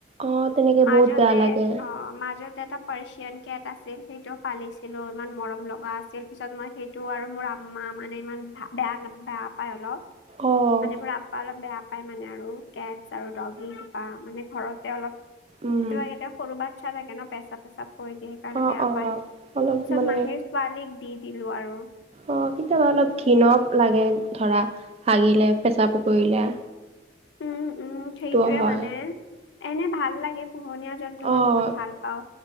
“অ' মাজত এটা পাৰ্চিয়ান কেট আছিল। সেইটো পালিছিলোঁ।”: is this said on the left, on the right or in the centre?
Left